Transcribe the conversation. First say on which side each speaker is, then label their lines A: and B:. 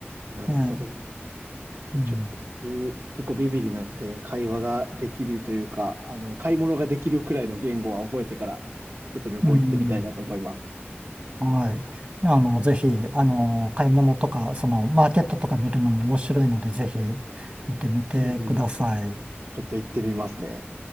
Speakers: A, on the right; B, on the right.
A: なるほど。
B: えー
A: じゃあちょっと僕、
B: うん、
A: 結構ビビリなので、会話ができるというか、あの、買い物ができるくらいの言語は覚えてから、ちょっと旅行行ってみたいなと思います。
B: うん、はい。あの、ぜひ、あの、買い物とか、その、マーケットとか見るのも面白いので、ぜひ見てみてください。
A: うんうん。ちょっと行ってみますね。